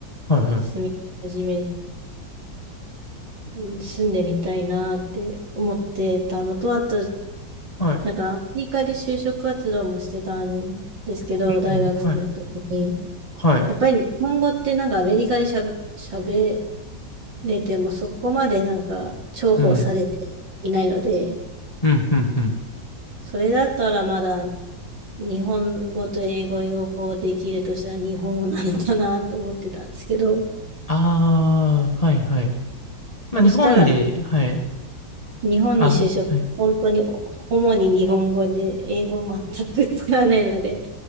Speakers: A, on the left; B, on the right.
A: はいはい
B: 住み始め、住んでみたいなって思ってたのと、あと、
A: はい。
B: なんかアメリカで就職活動もしてたんですけど、
A: うんうんはい
B: 大学生の時に。
A: はい
B: やっぱり日本語ってなんかアメリカでしゃべ、喋れてもそこまでなんか重宝されていないので、
A: うんうんうんうん
B: それだったらまだ日本語と英語両方できるとしたら日本語なのかなと思ってたんですけど、
A: ああーはいはい。まあ日本ではい
B: そしたら日本に就職、
A: あはい
B: 本当に主に日本語で英語全く使わないので、